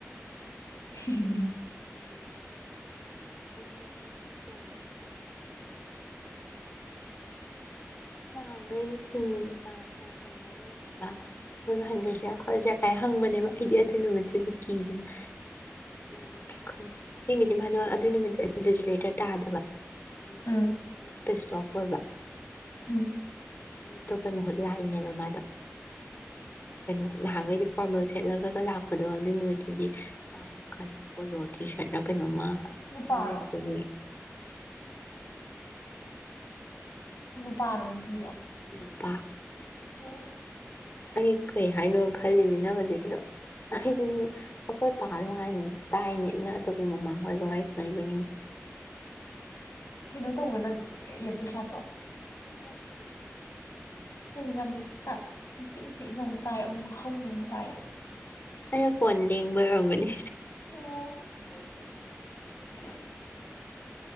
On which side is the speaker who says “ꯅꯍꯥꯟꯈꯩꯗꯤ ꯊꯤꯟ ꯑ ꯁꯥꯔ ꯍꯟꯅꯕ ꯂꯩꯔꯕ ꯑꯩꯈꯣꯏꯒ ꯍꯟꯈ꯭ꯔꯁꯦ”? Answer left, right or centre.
Left